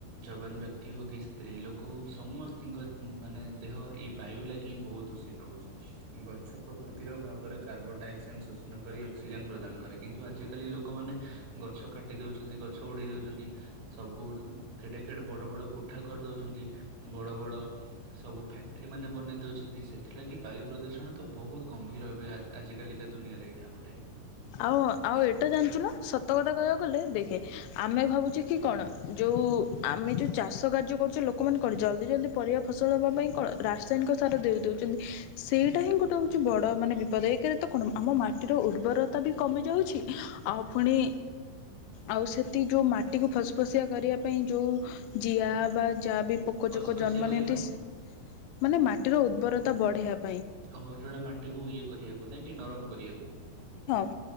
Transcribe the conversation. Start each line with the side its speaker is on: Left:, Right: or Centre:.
Right: ଯବାନ ବ୍ୟକ୍ତି ହଉ କି ସ୍ତ୍ରୀ ଲୋକ ହଉ ସମସ୍ତିଙ୍କ ମାନେ ଦେହ ଏ ବାୟୁ ଲାଗି ହିଁ ବହୁତ ଦୂଷିତ ହଉଛି। ଗଛ ପ୍ରକୃତିର ଭାବରେ କାର୍ବନ ଡାଇଅକ୍ସାଇଡ଼୍ ଶୋଷଣ କରି ଅକ୍ସିଜେନ୍ ପ୍ରଦାନ କରେ କିନ୍ତୁ ଆଜିକାଲି ଲୋକମାନେ ଗଛ କାଟି ଦେଉଛନ୍ତି। ଗଛ ଉଡ଼େଇ ଦେଉଛନ୍ତି ସବୁ କେଡ଼େ କେଡ଼େ ବଡ଼ ବଡ଼ କୋଠା କରିଦଉଛନ୍ତି। ବଡ଼ ବଡ଼ ସବୁ ଫ୍ୟାକ୍ଟ୍ରି ମାନେ ବନେଇ ଦେଉଛନ୍ତି ସେଥିଲାଗି ବାୟୁ ପ୍ରଦୂଷଣ ତ ବହୁତ ଗମ୍ଭୀର ହେବେ ଆଜିକାଲିକା ଦୁନିଆରେ ଏଇଟା ଗୋଟେ।
Left: ଆଉ ଆଉ ଏଇଟା ଜାଣିଚୁ ନା ସତ କଥା କହିବାକୁ ଗଲେ ଦେଖେ ଆମେ ଭାବୁଛେ କି କଣ ଯଉଁ ଆମେ ଯଉଁ ଚାଷ କାର୍ଯ୍ୟ କରୁଚେ ଲୋକମାନେ କଣ ଜଲଦି ଜଲଦି ପରିବା ଫସଲ ହେବା ପାଇଁ କଣ ରାସାୟନିକ ସାର ଦେଇ ଦେଉଛନ୍ତି, ସେଇଟା ହିଁ ଗୋଟେ ହଉଛି ବଡ଼ ମାନେ ବିପଦ ଏକରେ ତ କଣ ଆମ ମାଟିର ଉର୍ବର ତା ବି କମି ଯାଉଛି। ଆଉ ପୁଣି ଆଉ ସେଠି ଯଉଁ ମାଟିକୁ ଫସ ଫସିଆ କରିବା ପାଇଁ ଯଉଁ ଜିଆ ବା ଯା ବି ପୋକ
Right: ଫସଫସିଆ
Left: ଜୋକ ଜନ୍ମ
Right: କରିବାକୁ
Left: ନିଅନ୍ତି
Right: ମାନେ
Left: ସେ ମାନେ ମାଟ ମାଟିର ଉର୍ବରତା ବଢେୟା କୁ
Right: ଓହୋ ଯଉଟା ମାଟିକୁ ଇଏ କରିବାକୁ ନାଇଁ କି ନରମ କରିବାକୁ।
Left: ଶୁଁ